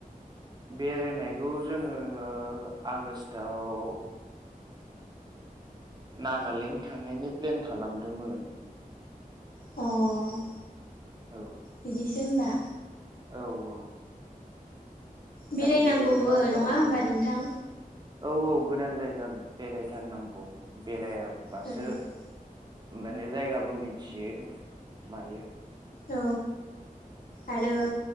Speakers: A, on the right; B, on the left.
A: बेरायनायखौ जोङो आगष्टआव नागालेण्ड थांनायनि प्लेन खालामदोंमोन।
B: अ'।
A: औ।
B: बिदिसो होमबा।
A: औ औ
B: बेरायनांगौबो
A: दायो मा जायो
B: नङा होमबा नोंथां
A: औ औ गोदान जायगा बेरायथारनांगौ बेरायाबासो
B: औ
A: माने जायगाबो मिथियो मायो
B: औ आरो
A: औ